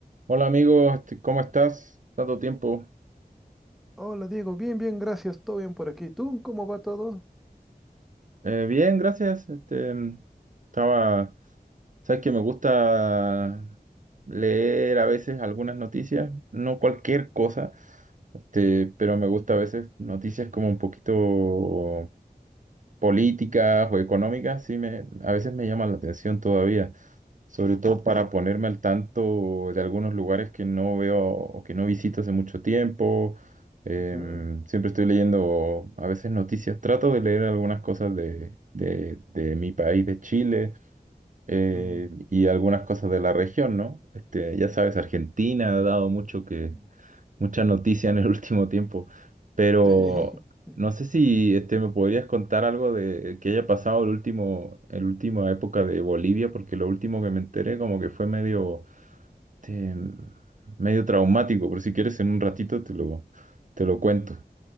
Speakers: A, on the right (about 50°); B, in the centre.
A: Hola amigo, este, ¿cómo estás? Tanto tiempo.
B: Hola Diego, bien, bien, gracias, todo bien por aquí. ¿Tú cómo va todo?
A: Eh, bien, gracias. Este, mm, estaba, sabes que me gusta leer a veces algunas noticias, no cualquier cosa, este, pero me gusta a veces noticias como un poquito políticas o económicas, sí me, a veces me llaman la atención todavía. sobre todo para ponerme al tanto de algunos lugares que no veo o que no visito hace mucho tiempo. Em,
B: Ujú,
A: siempre estoy leyendo a veces noticias, trato de leer algunas cosas de, de- de mi país, de Chile, eh,
B: mm,
A: y algunas cosas de la región, ¿no? Este, ya sabes, Argentina ha dado mucho que,
B: mm.
A: mucha noticia en el <laughs> último tiempo, pero
B: Sí, <laughs>
A: no sé si este, me podrías contar algo de que haya pasado el último, el última época de Bolivia, porque lo último que me enteré como que fue medio, este, medio traumático, pero si quieres en un ratito te lo, te lo cuento.